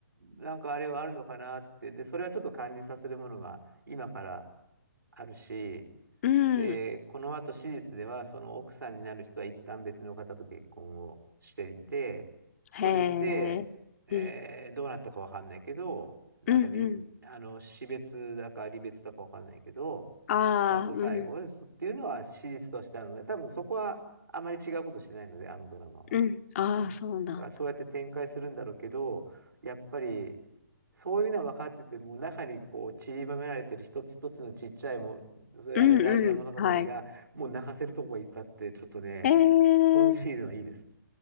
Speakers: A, on the right (about 80°); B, on the left (about 45°).
A: なんかあれはあるのかなって、で、それはちょっと感じさせるものが今からあるし、
B: うん。
A: で、この後史実では、その奥さんになる人は一旦別の方と結婚をしていて、
B: へえ。
A: それで、えーどうなったかわかんないけど、
B: うん。
A: なんかり、
B: うんうん。
A: あの、死別だか離別だかわかんないけど、
B: ああ、
A: その後最後ですっていうのは史実としてあるので、
B: うん。
A: 多分そこはあまり違うことしないので、あのドラマは。
B: うん。ああ、
A: うん。だからそうやって展開するんだろうけど、
B: そうなんだ。
A: やっぱり、そういうのは分かってても、中にこう散りばめられてる一つ一つのちっちゃいもそういうあれ大事な物語が、
B: うんうん。はい。
A: もう泣かせるとこがいっぱいあって、ちょっとね、
B: ええ。
A: 今シーズンはいいです。素